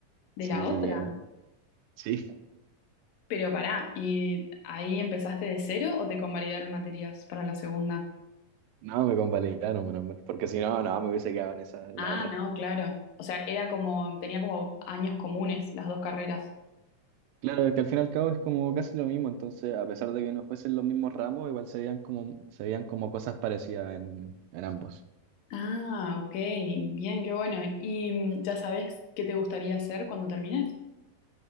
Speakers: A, on the left (about 85°); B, on the right (about 85°).
A: de
B: sí,
A: la otra.
B: llegué aquí. Sí,
A: Pero pará, ¿y ahí empezaste de cero o te convalidaron materias para la segunda?
B: No, me convalidaron, menos mal, porque si no, no, me hubiese quedado en esa, en
A: Ah,
B: la otra.
A: no, claro. O sea, era como, tenía como años comunes las dos carreras.
B: Claro, es que al fin y al cabo es como casi lo mismo, entonces a pesar de que no fuesen los mismos ramos, igual se veían como, se veían como cosas parecidas en, en ambos.
A: Ah, ok, bien, qué bueno. ¿Y mm, ya sabes qué te gustaría hacer cuando termines?